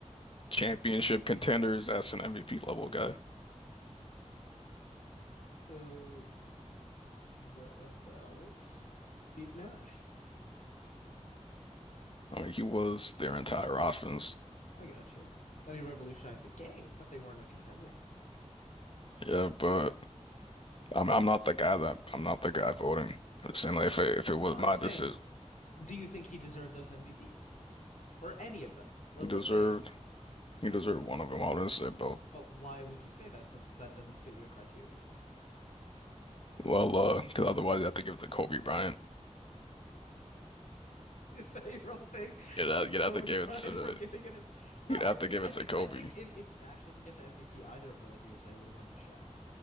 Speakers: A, on the left (about 80°); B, on the left (about 45°).
A: Let me
B: championship
A: think.
B: contenders, that's an MVP level guy.
A: So what about Steve Nash?
B: I mean, he was their entire offense.
A: I got you. And he revolutionized the game, but they weren't a contender.
B: Yeah, but I'm I'm not the guy that I'm not the guy voting. I'm just saying like if it, if it was
A: No, I'm
B: my
A: saying,
B: decision,
A: do you think he deserved those MVPs or any of them? Let-
B: he
A: Let's
B: deserved
A: say
B: he deserved one of them. I wouldn't say both.
A: But why would you say that since that doesn't fit your criteria?
B: Well, uh, because otherwise you have to give it to Kobe Bryant.
A: <laughs> Is that your whole thing?
B: You'd have,
A: Keep
B: you'd
A: Kobe
B: have to give
A: <laughs> Bryant
B: it to
A: from getting it. No,
B: you'd
A: I
B: have
A: think
B: to give
A: I
B: it
A: think
B: to Kobe,
A: I think if, if Nash doesn't get the MVP either of those years, they would have went to Shaq.